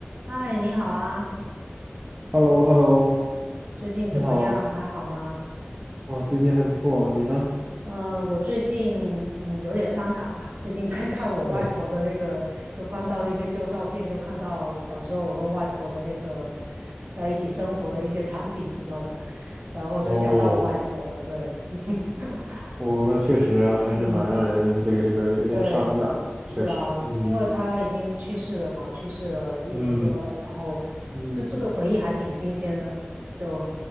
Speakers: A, on the right (about 50°); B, on the right (about 25°).
A: 嗨，你好啊，
B: h e l l o h e l l o
A: 最近怎么样？
B: 你好，
A: 还好吗？
B: 哦，最近还不错，你呢？
A: 呃，我最近嗯有点伤感吧，最近在看我外婆的那个，
B: 哦，
A: 就翻到一些旧照片，就看到小时候我跟外婆的那个在一起生活的一些场景什么的，然后就想到我外婆了，
B: 哦，
A: 对，<laughs>
B: 哦，那确实还是蛮让人这个这个有点伤感的，
A: 嗯。对，是啊，
B: 确实，嗯
A: 因为他已经去世了嘛，去世了一年多了，
B: 嗯
A: 然后就这个回忆还挺新鲜的。
B: 嗯
A: 就